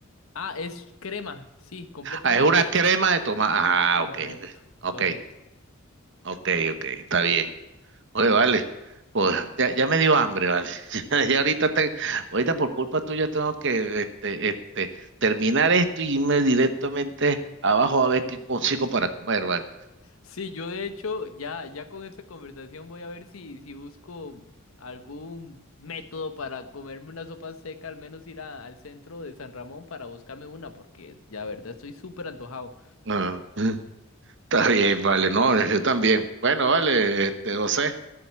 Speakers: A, on the left; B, on the right.
A: Ah, es crema. Sí, completamente
B: Ah, es una crema de tomate. Ah,
A: correcto,
B: ok. Ok,
A: correcto.
B: ok, ok, está bien. Oye, vale, pues ya, ya me dio hambre, vale. <laughs> Ya, ya ahorita, te- ahorita por culpa tuya tengo que este, este, terminar esto y irme directamente abajo a ver qué consigo para comer, vale.
A: Sí, yo de hecho ya, ya con esta conversación voy a ver si, si busco algún método para comerme una sopa seca, al menos ir a- al centro de San Ramón para buscarme una, porque la verdad estoy súper antojado.
B: Ah, <laughs> está bien, vale, no, yo también. Bueno, vale, este, José,